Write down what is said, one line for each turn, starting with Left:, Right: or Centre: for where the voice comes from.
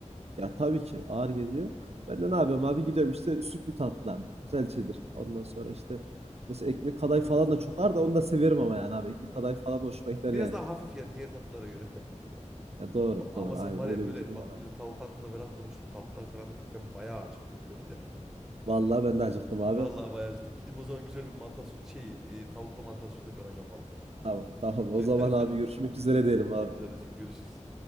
Right: ya tabii ki ağır geliyor. Ben
Centre: Hı hı.
Right: de ne yapıyorum abi? Gidiyorum işte sütlü tatlılardan. Güzelçedir. Ondan sonra
Centre: Hı hı.
Right: işte mesela ekmek kadayıf falan da çok ağır da onu da severim ama yani abi. Ekmek
Centre: Evet.
Right: kadayıf falan da hoşuma gider
Centre: Biraz
Right: yani.
Centre: daha hafif ya diğer tatlara göre. <laughs>
Right: Ya doğru
Centre: Bu- Ama
Right: doğru
Centre: sen
Right: aynen
Centre: var
Right: öyle
Centre: ya böyle
Right: bir durum
Centre: bak
Right: var abi.
Centre: biz de tavuk hakkında falan konuştuk tatlılar falan dedik. Ben bayağı acıktım. <laughs>
Right: Vallahi ben de acıktım abi.
Centre: Vallahi bayağı acıktım. Gidip o zaman güzel bir mantar sote şey e, tavuklu mantar sote falan yapalım.
Right: Tamam tamam o
Centre: <laughs>
Right: zaman abi görüşmek üzere diyelim
Centre: Hadi
Right: abi.
Centre: kardeşim görüşürüz.